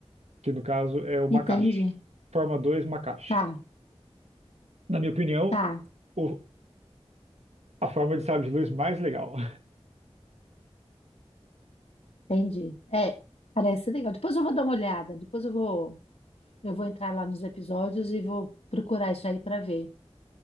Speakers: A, on the right; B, on the left.
A: que no caso é o Makashi.
B: Entendi.
A: Forma 2 Makashi.
B: Tá,
A: Na minha opinião,
B: tá.
A: o- a forma de sabre de luz mais legal.
B: Entendi. É, parece legal. Depois eu vou dar uma olhada. Depois eu vou... Eu vou entrar lá nos episódios e vou procurar isso aí para ver.